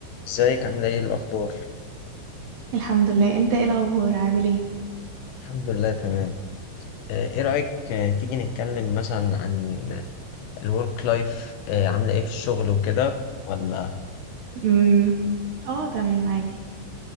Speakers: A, on the left; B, on the right.
A: ازيك عاملة ايه الأخبار؟
B: الحمد لله انت ايه الاخبار عامل ايه
A: الحمد لله تمام آه، ايه رأيك آه، تيجي نتكلم مثلا عن الورك لايف عاملة ايه في الشغل وكده ولا
B: امم اه تمام عادي